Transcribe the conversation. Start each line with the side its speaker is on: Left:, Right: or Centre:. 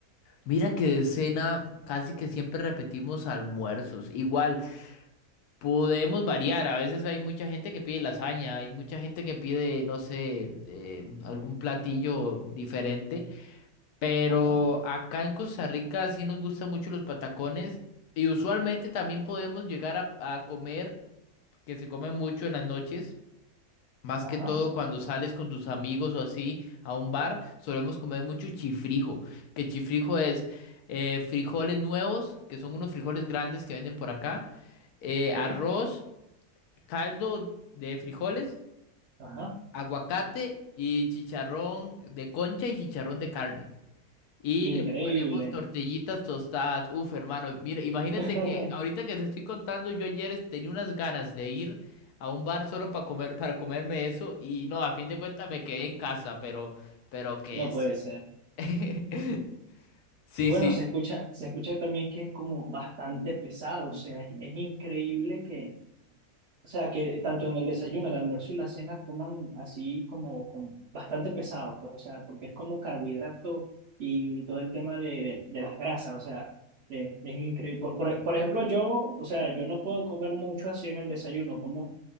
Left: Mira que de cena casi que siempre repetimos almuerzos. Igual, podemos variar. A veces hay mucha gente que pide lasaña, hay mucha gente que pide, no sé, eh, algún platillo diferente. Pero
Right: Ajá,
Left: acá en Costa Rica sí nos gustan mucho los patacones y usualmente también podemos llegar a, a comer, que se come mucho en las noches. Más
Right: ajá,
Left: que todo cuando sales con tus amigos o así a un bar, solemos comer mucho chifrijo. Que chifrijo es eh, frijoles nuevos, que son unos frijoles grandes que venden por acá, eh,
Right: ok,
Left: arroz, caldo de frijoles,
Right: ajá.
Left: aguacate y chicharrón de concha y chicharrón de carne. Y
Right: Increíble.
Left: le ponemos tortillitas tostadas. Uf, hermano, mira, imagínate
Right: <laughs>
Left: que ahorita que te estoy contando, yo ayer es- tenía unas ganas de ir a un bar solo para comer, para comerme eso y no, a fin de cuentas me quedé en casa, pero, pero que
Right: No
Left: sí.
Right: puede ser.
Left: <laughs> Sí,
Right: Y bueno,
Left: sí.
Right: se escucha, se escucha también que es como bastante pesado, o sea, es, es increíble que, O sea, que tanto en el desayuno, el almuerzo y la cena coman así como, como bastante pesado, pues, o sea, porque es como carbohidrato y todo el tema de, de, de las grasas, o sea, eh, es increíble. Por, por, por ejemplo, yo, o sea, yo no puedo comer mucho así en el desayuno, como